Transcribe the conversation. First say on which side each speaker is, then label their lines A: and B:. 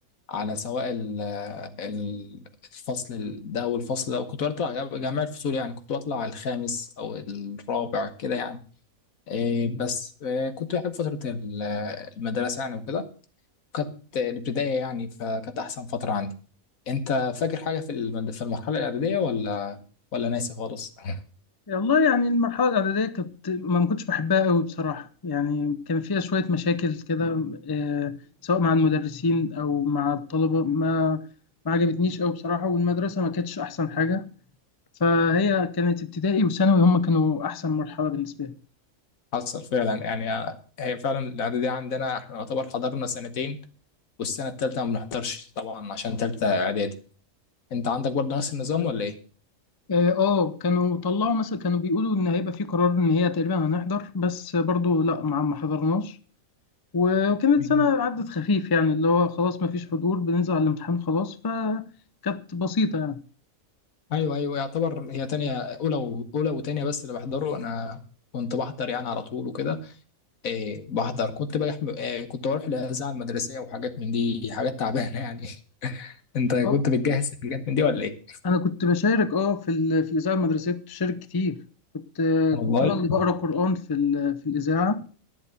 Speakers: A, on the left; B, on the left.
A: على سواء ال... ال- الفصل ده والفصل ده وكنت بطلع جم- جميع الفصول يعني كنت بطلع الخامس او الرابع كده يعني آه، بس آه، كنت بحب فتره ال- المدرسه يعني وكده كانت الابتدائية يعني فكانت أحسن فترة عندي أنت فاكر حاجة في الم- في المرحلة الإعدادية ولا ولا ناسي خالص؟ <laughs>
B: والله يعني المرحلة الإعدادية كنت ما ما كنتش بحبها قوي بصراحة يعني كان فيها شوية مشاكل كده آه، سواء مع المدرسين أو مع الطلبة ما ما عجبتنيش قوي بصراحة والمدرسة ما كانتش أحسن حاجة فهي كانت ابتدائي وثانوي هم كانوا احسن مرحله بالنسبه لي
A: حصل فعلا يعني آه، هي فعلا الإعدادية عندنا إحنا نعتبر حضرنا سنتين والسنة التالتة ما بنحضرش طبعا عشان تالتة إعدادي أنت عندك برضه نفس النظام ولا إيه؟
B: اه آه، كانوا طلعوا مثلا كانوا بيقولوا ان هيبقى في قرار ان هي تقريبا هنحضر بس برضو لا ما ما حضرناش و- وكانت
A: <laughs> مم.
B: سنه عدت خفيف يعني اللي هو خلاص ما فيش حضور بننزل على الامتحان خلاص فكانت بسيطه يعني
A: أيوه أيوه يعتبر هي تانية أولى و- أولى وتانية بس اللي بحضره أنا كنت بحضر يعني على طول وكده إيه بحضر كنت بروح إيه كنت بروح الإذاعة المدرسية وحاجات من دي حاجات تعبانة يعني <laughs> انت كنت
B: اه
A: بتجهز حاجات من دي ولا ايه؟
B: انا كنت بشارك اه في ال- في الاذاعه المدرسيه كنت بشارك كتير كنت
A: والله
B: كنت انا اللي بقرا قران في ال- في الاذاعه